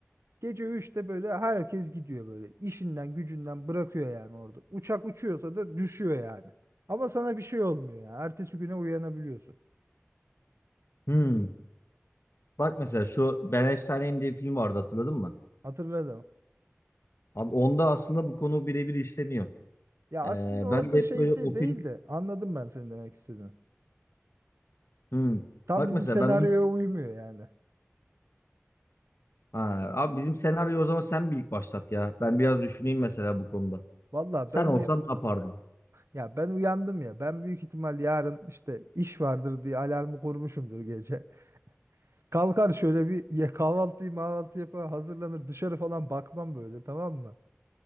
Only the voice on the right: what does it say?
Gece üçte böyle herkes gidiyor böyle. işinden gücünden bırakıyor yani orada. Uçak uçuyorsa da düşüyor yani. Ama sana bir şey olmuyor ya. Ertesi güne uyanabiliyorsun.
Hatırladım.
Ya
aslında orada
şey
de değil
de anladım ben senin demek istediğini.
Tam
bizim
senaryoya
uymuyor yani.
Valla
ben
uya-
ya ben uyandım ya. Ben büyük ihtimal yarın işte iş vardır diye alarmı kurmuşumdur gece. Kalkar şöyle bir ye kahvaltıyı mahvaltı yapar hazırlanır dışarı falan bakmam böyle tamam mı?